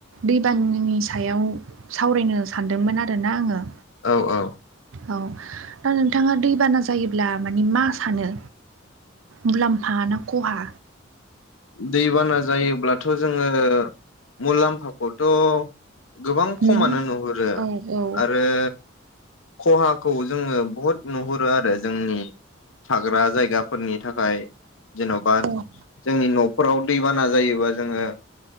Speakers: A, on the right (about 80°); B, on the left (about 80°).
A: दैबानि सायाव सावरायनो सानदोंमोन आरोना आङो
B: औ औ
A: औ दा नोंथाङा दैबाना जायोब्ला मानि मा सानो? मुलाम्फा ना खहा
B: दैबाना जायोब्लाथ' जोङो मुलाम्फ फाखौथ' गोबां
A: नोङो
B: खमानो नुहुरो
A: औ औ
B: आरो खहाखौ जोङो बुहुद नुहुरो आरो जोंनि थाग्रा जायगाफोरनि थाखाय। जेनावबा ।
A: औ
B: न'फोराव दै बाना जायोबा जोङो